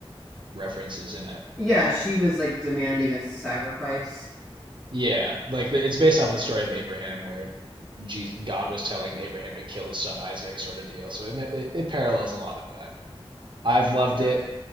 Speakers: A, on the right (about 50°); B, in the centre.
A: references in it.
B: yeah,
A: Um,
B: she was like demanding a sacrifice.
A: yeah, like the, it's based off the story of Abraham, where Jesus, God was telling Abraham to kill his son Isaac, sort of deal. So it, it it parallels a lot of that. I've loved
B: Gotcha.
A: it.